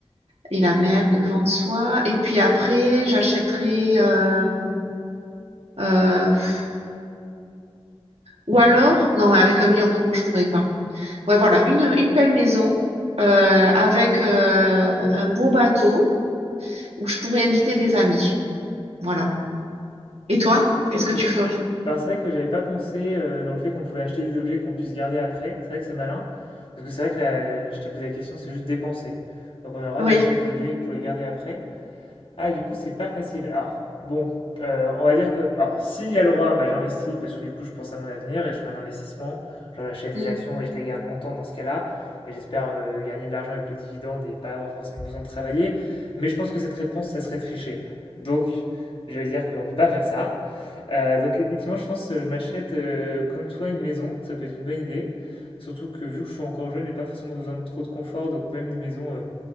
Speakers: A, on the right (about 85°); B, on the left (about 60°).
A: et la mer devant soi. Et puis après, j'achèterais euh, euh, pff, ou alors non, mais avec un million d'euros, je pourrais pas. Ouais, voilà, une, une belle maison euh, avec euh, un beau bateau où je pourrais inviter des amis. Voilà. Et toi, qu'est-ce
B: Ok.
A: que tu ferais?
B: Alors c'est vrai que j'avais pas pensé euh, dans le fait qu'on pouvait acheter des objets qu'on puisse garder après. C'est vrai que c'est malin. Parce que c'est vrai que la- je t'ai posé la question, c'est juste dépenser. Donc on a le droit
A: Oui.
B: d'acheter des objets pour les garder après. Ah, du coup, c'est pas facile. Alors, bon, euh, on va dire que, alors, s'il y a le droit, bah, j'investis parce que du coup, je pense à mon avenir et je fais un investissement. Genre, J'achète des
A: Mm.
B: actions et je les garde longtemps dans ce cas-là. Et j'espère euh, gagner de l'argent avec le dividende et pas avoir forcément besoin de travailler. Mais je pense que cette réponse, ça serait tricher. Donc, je vais dire qu'on peut pas faire ça. Euh, donc, effectivement, je pense que je m'achète, euh, comme toi, une maison. Ça peut être une bonne idée. Surtout que vu que je suis encore jeune, j'ai pas forcément besoin de trop de confort. Donc, même une maison. euh,